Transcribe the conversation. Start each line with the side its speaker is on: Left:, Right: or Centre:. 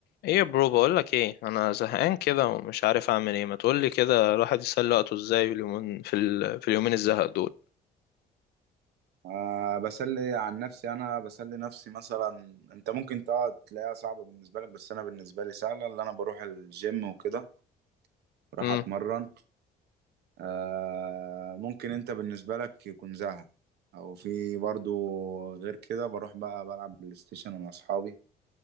Left: ايه يا برو بقول لك ايه انا زهقان كده ومش عارف اعمل ايه ما تقول لي كده الواحد يسلي وقته ازاي في اليومين في, ال... في اليومين الزهق دول
Right: آه بسلي عن نفسي انا بسلي نفسي مثلا انت ممكن تقعد تلاقيها صعبة بالنسبة لك بس انا بالنسبة لي سهلة اللي انا بروح الجيم وكده بروح
Left: امم
Right: اتمرن آه ممكن انت بالنسبة لك يكون زهق او في برضو غير كده بروح بقى بلعب بلاي ستيشن مع اصحابي